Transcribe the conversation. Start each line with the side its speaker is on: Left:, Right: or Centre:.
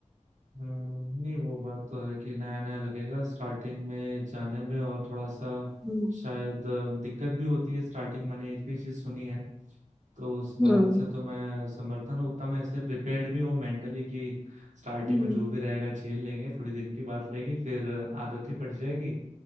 Right: हम्म, नहीं वो बात तो है कि नया नया लगेगा स्टार्टिंग में जाने में और थोड़ा सा
Centre: हम्म
Right: शायद अ, दिक्कत भी होती है स्टार्टिंग मैंने एक भी चीज सुनी है तो उस बात
Centre: हम्म
Right: से तो मैं समर्थन हूँ, उतना मैं इसलिए प्रिपेयर्ड भी हूँ मेंटली कि स्टार्टिंग
Centre: हम्म
Right: में जो भी रहेगा झेल लेंगे थोड़ी दिन की बात रहेगी फिर आदत ही पड़ जाएगी